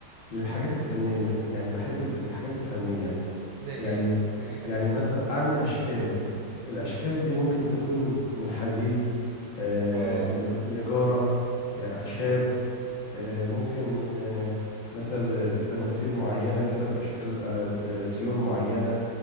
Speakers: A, on the left; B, on the right.
A: للحاجات
B: امم
A: الفنيه يعني بحب ال- الحاجات الفنيه
B: زي ايه
A: يعني
B: يعني ايه فني
A: يعني مثلا اعمل اشكال الاشكال دي ممكن تكون من حديد آه،
B: اه
A: نج- نجاره آه، اخشاب
B: امم
A: آه،
B: امم
A: ممكن آه، مثلا تماثيل معينه كده باشكال آه، آه، طيور معينه